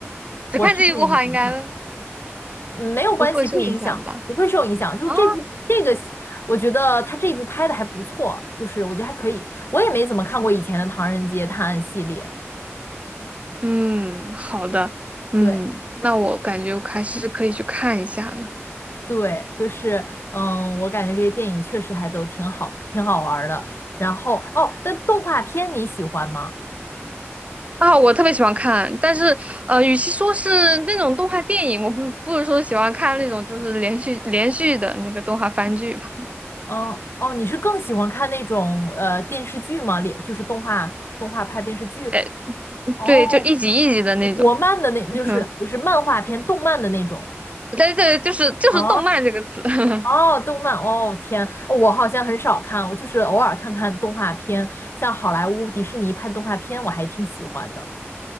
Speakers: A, on the right; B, on the left.
A: 只看这一部的话，
B: 我之前也没怎么看过
A: 应该
B: 嗯没有关系，
A: 不会受影响吧？
B: 不影响，不会受影响。就是这部这个，
A: 啊，
B: 我觉得他这一部拍的还不错，就是我觉得还可以。我也没怎么看过以前的《唐人街探案》系列，
A: 嗯，好的，嗯，
B: 对
A: 那我感觉我还是可以去看一下的。
B: 对，就是嗯，我感觉这些电影确实还都挺好，挺好玩儿的。然后哦，但动画片你喜欢吗？
A: 啊，我特别喜欢看，但是呃，与其说是那种动画电影，我不不如说喜欢看那种就是连续连续的那个动画番剧吧。
B: 嗯哦，你是更喜欢看那种呃电视剧吗？连就是动画动画拍电视剧
A: 哎，
B: 哦，
A: 对，就一集一集的那种。
B: 国漫的那就是不是漫画片，
A: 嗯，
B: 动漫的那种。
A: 对对，就是就是动漫这个词。
B: 哦
A: <laughs>
B: 哦，动漫哦，天，哦我好像很少看，我就是偶尔看看动画片，像好莱坞、迪士尼拍动画片，我还挺喜欢的。